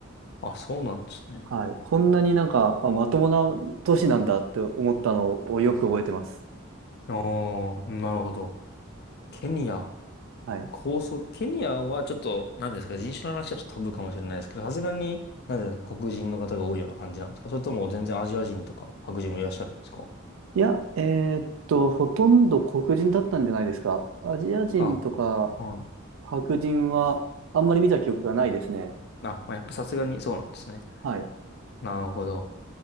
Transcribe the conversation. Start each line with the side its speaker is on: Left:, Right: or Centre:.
Left: あ、そうなんですね。
Right: はい、こんなになんか、あ、まともな都市なんだって思ったのをよく覚えてます。
Left: うん。ああ、なるほど。ケニア。
Right: はい。
Left: 構想、ケニアはちょっと、何ですか、人種の話はちょっとタブーかもしれないですけど、さすがに、なんていうんですか、黒人の方が多いような感じなんですかそれとも全然アジア人とか白人もいらっしゃるんですか
Right: いや、えーっと、ほとんど黒人だったんじゃないですか。アジア人とか
Left: あ、はい。
Right: 白人はあんまり見た記憶がないですね。
Left: あ、まあ、やっぱさすがにそうなんですね。
Right: はい。
Left: なるほど。